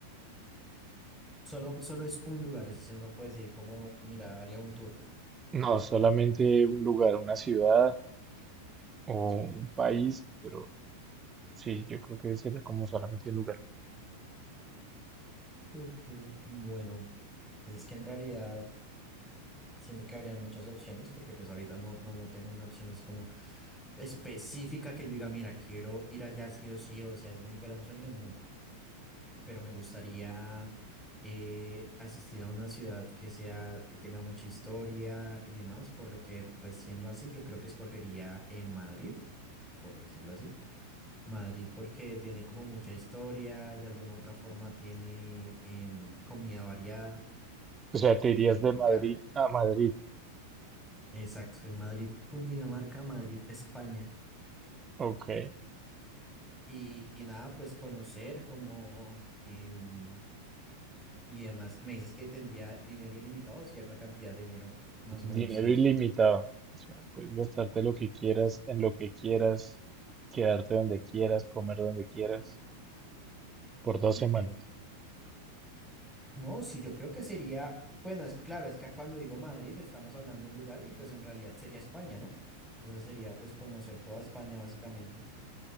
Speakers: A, in the centre; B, on the right.
A: Solo, solo es un lugar, es decir, no puedes ir como, mira, haría un tour.
B: No, solamente un lugar, una ciudad o un país, pero sí, yo creo que sería como solamente un lugar.
A: Ok, Bueno, pues es que en realidad siento que habrían muchas opciones, porque pues ahorita no, no, no tengo una opción así como específica que yo diga, mira, quiero ir allá sí o sí, o sea, es mi gran sueño, no, pero me gustaría eh, asistir a una ciudad que sea, que tenga mucha historia y demás, por lo que pues siendo así, yo creo que escogería en Madrid, por decirlo así. Madrid porque tiene como mucha historia, de alguna otra forma tiene em, comida variada,
B: O sea, te irías
A: típica,
B: de Madrid a Madrid.
A: exacto, de Madrid, Cundinamarca, Madrid, España.
B: Ok,
A: Y, y nada, pues conocer como em, y demás. Me dices que tendría dinero ilimitado, cierta cantidad de dinero, más o menos
B: dinero
A: en...
B: ilimitado. O sea, puedes gastarte lo que quieras, en lo que quieras, quedarte donde quieras, comer donde quieras, por dos
A: en
B: semanas.
A: No, sí, yo creo que sería, bueno, es que claro, es que cuando digo Madrid estamos hablando de un lugar y pues en realidad sería España, ¿no? Entonces sería pues conocer toda España básicamente.